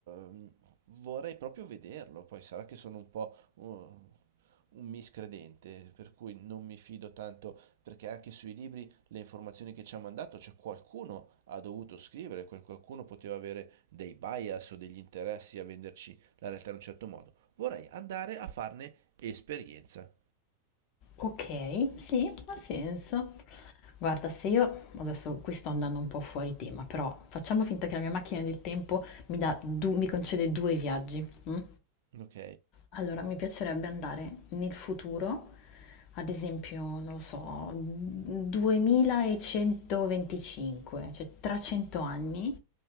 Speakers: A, on the right; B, on the left.
A: ehm, vorrei proprio vederlo. Poi sarà che sono un po' uh, un miscredente, per cui non mi fido tanto, perché anche sui libri le informazioni che ci ha mandato, cioè qualcuno ha dovuto scrivere, quel qualcuno poteva avere dei bias o degli interessi a venderci la realtà in un certo modo. Vorrei andare a farne esperienza.
B: Ok, sì, ha senso. Guarda, se io adesso qui sto andando un po' fuori tema, però facciamo finta che la mia macchina del tempo mi dà du- mi concede due viaggi. mm?
A: Ok,
B: Allora, mi piacerebbe andare nel futuro, ad esempio, non lo so, 2125, cioè tra 100 anni,